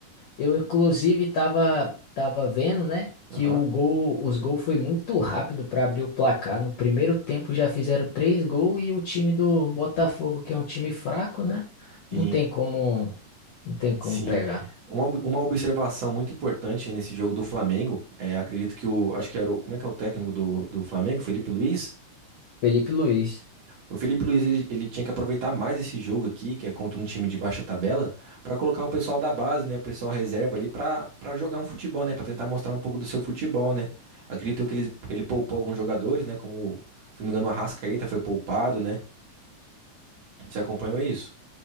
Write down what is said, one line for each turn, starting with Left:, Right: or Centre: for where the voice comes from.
Left: Eu, inclusive, tava, tava vendo, né, que
Right: Aham.
Left: o gol, os gols foi muito rápido para abrir o placar. No primeiro tempo já fizeram três gols e o time do Botafogo, que é um time fraco, né,
Right: Sim,
Left: não tem como, não tem como
Right: sim.
Left: pegar.
Right: Uma, ob- uma observação muito importante nesse jogo do Flamengo, é, acredito que o, acho que era o, como é que é o técnico do, do Flamengo, Felipe Luiz?
Left: Felipe Luiz,
Right: O Felipe Luiz, ele, ele tinha que aproveitar mais esse jogo aqui, que é contra um time de baixa tabela, pra colocar o pessoal da base, né, o pessoal reserva ali pra para jogar um futebol, né, Pra tentar mostrar um pouco do seu futebol, né? Acredito que ele, ele poupou alguns jogadores, né, como, se não me engano, o Arrascaeta foi poupado, né? Você acompanhou isso?